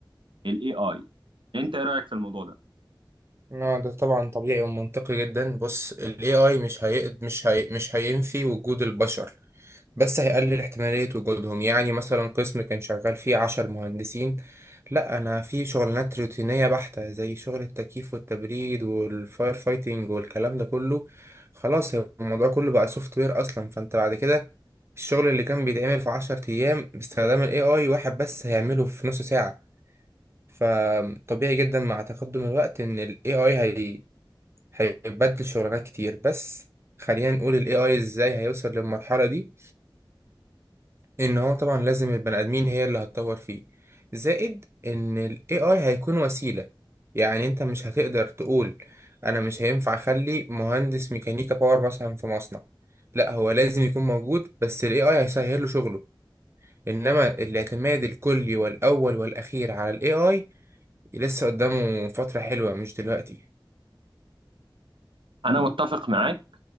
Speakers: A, on the right; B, on the right.
A: الاي اي انت ايه رايك في الموضوع ده
B: اه ده طبعا طبيعي ومنطقي جدا بص ال AI مش هي مش هي مش هينفي وجود البشر بس هيقلل احتمالية وجودهم يعني مثلا قسم كان شغال فيه عشر مهندسين لا أنا في شغلانات روتينية بحتة زي شغل التكييف والتبريد والفاير فايتنج والكلام ده كله خلاص هو الموضوع كله بقى سوفت وير أصلا فأنت بعد كده الشغل اللي كان بيتعمل في عشر أيام باستخدام ال AI واحد بس هيعمله في نص ساعة فطبيعي جدا مع تقدم الوقت إن ال AI هي... هيبدل شغلانات كتير بس خلينا نقول ال AI إزاي هيوصل للمرحلة دي ان هو طبعا لازم البني ادمين هي اللي هتطور فيه زائد ان ال AI هيكون وسيلة يعني انت مش هتقدر تقول انا مش هينفع اخلي مهندس ميكانيكا باور مثلا في مصنع لا هو لازم يكون موجود بس ال AI هيسهل له شغله انما الاعتماد الكلي والاول والاخير على ال AI لسه قدامه فترة حلوة مش دلوقتي
A: انا متفق معاك